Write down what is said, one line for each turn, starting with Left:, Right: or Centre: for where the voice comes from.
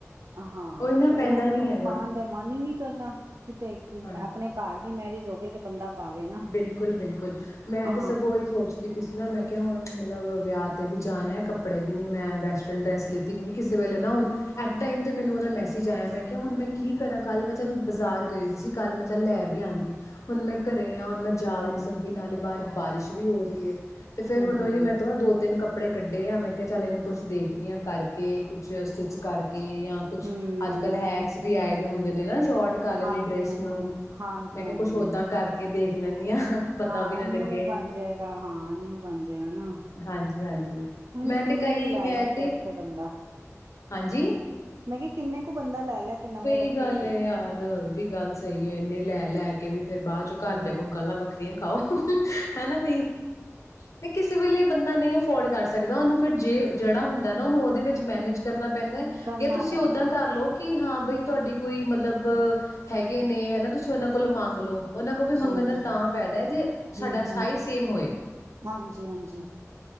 Right: ਹਾਂ
Left: ਉਹੀ ਨਾ
Right: ਤੇ ਉਹ
Left: ਪੈਂਦਾ ਨੀ
Right: ਫਿਰ ਹੁਨ
Left: ਹੈਗਾ
Right: ਪਾਨ ਦਾ ਮਨ ਹੀ ਨਹੀਂ ਕਰਦਾ। ਕਿਤੇ
Left: ਹਾਂਜੀ,
Right: ਆਪਣੇ ਘਰ ਦੀ ਮੈਰਿਜ ਹੋਵੇ ਤੇ ਬੰਦਾ ਪਾਵੇ ਨਾ
Left: ਬਿਲਕੁਲ-ਬਿਲਕੁਲ, ਮੈਂ
Right: ਹਾਂ
Left: ਤੇ ਸਗੋਂ ਏਹੀ ਸੋਚਦੀ ਪਈ ਸੀ ਨਾ ਮੈਂ ਕੇ ਹੁਨ ਮਤਲਬ ਵਿਆਹ ਤੇ ਵੀ ਜਾਨਾ ਐ, ਕੱਪੜੇ ਵੀ ਨਹੀਂ ਮੈਂ ਵੈਸਟਰਨ ਡ੍ਰੇਸ ਲਿਤੀ, ਕਿਉਂਕਿ ਕਿਸੇ ਵੇਲੇ ਨਾ ਹੁਣ ਐਟ ਏ ਟਾਈਮ ਤੇ ਮੈਨੂੰ ਉਹਦਾ ਮੈਸੇਜ ਆਇਆ, ਮੈਂ ਕਿਹਾ ਹੁਨ ਮੈਂ ਕੀ ਕਰਾਂ ਕੱਲ ਮੈਂ ਚੱਲ ਬਾਜ਼ਾਰ ਗਈ ਦੀ ਸੀ। ਤੇ ਕੱਲ੍ਹ ਮੈਂ ਚੱਲ ਲੈ ਵੀ ਆਂਦੀ, ਹੁਣ ਮੈਂ ਘਰੇ ਆਂ ਹੁਣ ਮੈਂ ਜਾ ਵੀ ਨਹੀਂ ਸਕਦੀ ਨਾਲੇ ਬਾਹਰ ਬਾਰਿਸ਼ ਵੀ ਹੋ ਰੀ ਏ। ਤੇ ਫੇਰ
Right: ਹਮ
Left: ਹੁਨ
Right: ਹਮ
Left: ਉਹੀ ਮੈਂ
Right: ਹਮ
Left: ਤੋਂ ਦੋ ਤਨ ਕੱਪ ਕੱਪੜੇ ਕੱਢੇ ਆ ਮੈਂ ਕਿਹਾ ਚੱਲ ਇਹਨੂੰ ਕੁਛ ਦੇਖਦੀ ਆਂ ਕਰਕੇ ਕੁਛ ਸਟਿੱਚ ਕਰਕੇ ਕੇ ਆਂ ਕੁੱਛ,
Right: ਹਮ
Left: ਅੱਜ ਕੱਲ੍ਹ ਹੈਕਸ ਵੀ ਆਏ ਦੇ ਹੁੰਦੇ। <unintelligible> ਸ਼ੋਰਟ ਕਰ ਲੈਂਨੀ
Right: ਹਾਂਜੀ
Left: ਆਂ ਡ੍ਰੇਸ।
Right: ਹਾਂਜੀ
Left: ਨੂੰ
Right: ਹਾਂਜੀ
Left: ਮੈਂ
Right: ਹਾਂਜੀ
Left: ਕਿਹਾ ਕੁੱਛ ਓਦਾਂ ਕਰ ਕੇ ਦੇਖ ਲੈਂਦੀ ਹਾਂ। ਕਿ ਪਤਾ
Right: ਹਾਂ
Left: ਵੀ ਨਾ
Right: ।ਨਿਊ
Left: ਲੱਗੇ
Right: ਬਣ ਜਾਏਗਾ ਹਾਂ, ਨਿਊ ਬਣ ਜਾਏਗਾ ਨਾ
Left: ਹਾਂਜੀ ਹਾਂਜੀ
Right: ਹੁਣ
Left: ਮੈਂ
Right: ਕਿੰਨੇ
Left: ਤੇ ਕਈ
Right: ਕੁ ਲੈ
Left: ਮੈਂ
Right: ਲੈ ਕੇ
Left: ਤੇ
Right: ਰੱਖੇ ਬੰਦਾ,
Left: ਹਾਂਜੀ
Right: ਮੈਂ ਕਿਹਾ ਕਿੰਨੇ ਕੁ ਬੰਦਾ ਲੈ ਲੈ ਕੇ ਨਵੇਂ
Left: ਸਹੀ
Right: ਰੱਖੇ
Left: ਗੱਲ ਹੈ ਯਾਰ, ਵੀ ਗੱਲ ਸਹੀ ਹੈ ਇਹਨੇ ਲੈ ਲੈ ਕੇ ਵੀ ਫੇਰ ਬਾਅਦ ਚੋਂ ਘਰਦਿਆਂ
Right: ਹਮ
Left: ਕੋਈ ਗੱਲਾਂ ਵੱਖਰੀਆਂ ਖਾਓ ਹਨਾ। ਬਈ ਤੇ ਕਿਸੇ ਵੇਲੇ ਬੰਦਾ ਨਹੀਂ ਅਫੋਰਡ ਕਰ ਸਕਦਾ, ਉਹਨੂੰ ਫਿਰ ਜੇ ਜਿਹੜਾ ਹੁੰਦਾ ਨਾ ਉਹਨੂੰ ਉਹਦੇ ਵਿੱਚ ਮੈਨੇਜ ਕਰਨਾ ਪੈਂਦਾ ਜੇ
Right: ਕਰਨਾ
Left: ਫਿਰ, ਤੁਸੀਂ
Right: ਪੈਂਦਾ
Left: ਓਦਾਂ ਕਰ ਲਓ ਕਿ ਹਾਂ ਬਈ ਤੁਹਾਡੀ ਕੋਈ, ਮਤਲਬ ਹੈਗੇ ਨੇ ਹਨਾ ਤੁਸੀਂ ਉਹਨਾਂ ਕੋਲੋਂ ਮੰਗ ਲੋਓ ਉਹਨਾਂ ਕੋਲ ਵੀ ਮੰਗਣ
Right: ਹਮ
Left: ਦਾ ਤਾਂ ਫਾਇਦਾ ਹੈ। ਜੇ
Right: ਹਮ
Left: ਸਾਡਾ
Right: ਹਮ
Left: ਸਾਈਜ਼ ਸੇਮ ਹੋਏ
Right: ਹਾਂਜੀ ਹਾਂਜੀ